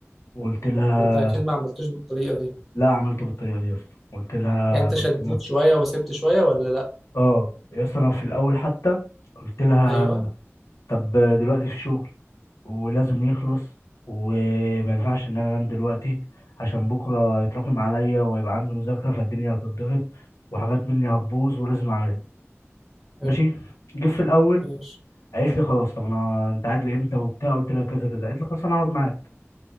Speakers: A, on the left (about 80°); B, in the centre.
A: وقلت لها
B: ما انت اكيد ما عملتوش بالطريقة دي
A: لا عملته بالطريقه دي يا اسطى قلت لها
B: يعني انت
A: قلت
B: شديت
A: لها
B: شوية وسبت شوية ولا لا
A: اه يا اسطى انا في الاول حتى قلت لها
B: ايوه
A: طب دلوقتي في شغل ولازم يخلص وما ينفعش ان انا انام دلوقتي عشان بكره يتراكم عليا ويبقى عندي مذاكره فالدنيا هتضغط وحاجات مني هتبوظ ولازم اعملها
B: حلو
A: ماشي جه في الاول
B: ماشي
A: قالت لي خلاص طب انا انت قاعد لامتى وبتاع قلت لها كذا كذا قالت لي خلاص انا هقعد معاك